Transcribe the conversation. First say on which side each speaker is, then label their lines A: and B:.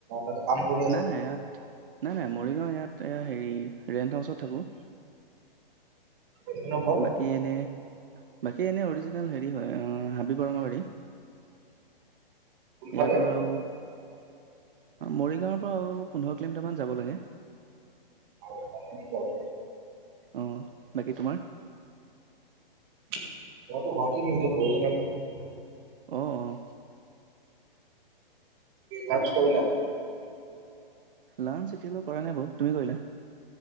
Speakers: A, on the right (about 25°); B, on the right (about 65°).
A: তাতে কাম কৰি আছোঁ।
B: নাই নাই ইয়াত নাই, নাই মৰিগাঁও ইয়াত, হেৰি ৰেন্ট হাউচত থাকোঁ।
A: এইটো মোৰ ঘৰ
B: বাকী এনে বাকী এনে অৰিজিনেল হেৰি হয়, অ'! হাবি বৰঙাবাৰী।
A: কোনফালে
B: ইয়াৰ পৰা আৰু মৰিগাঁৱৰ পৰা আৰু পোন্ধৰ কিলোমিটাৰ মান যাব লাগে।
A: হয়! যাব লাগে।
B: অ'! বাকী তোমাৰ?
A: <unintelligible>
B: অ'!
A: লাঞ্চ কৰিলা?
B: লাঞ্চ এতিয়ালৈ কৰা নাই বাৰু। তুমি কৰিলা?